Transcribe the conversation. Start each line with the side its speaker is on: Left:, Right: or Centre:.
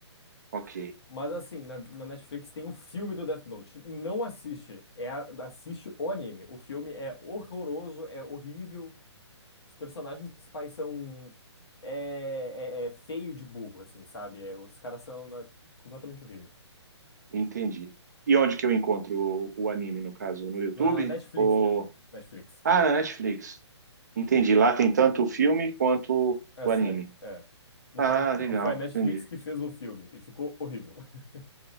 Right: Ok,
Left: Mas assim, na, na Netflix tem o filme do Death Note. Não assiste. É, a- assiste o anime. O filme é horroroso, é horrível. Os personagens principais são. É, é- é feio de burro, assim, sabe? É, os caras são na- completamente horrível.
Right: entendi. E onde que eu encontro o, o anime, no caso? No YouTube?
Left: Na Netflix
Right: Ou...
Left: mesmo. Netflix.
Right: Ah, na Netflix. Entendi. Lá tem tanto o filme quanto
Left: É a
Right: o
Left: série.
Right: anime.
Left: É. No
Right: Ah,
Left: caso,
Right: legal,
Left: não foi a Netflix
Right: entendi.
Left: que fez o filme e ficou horrível. <laughs>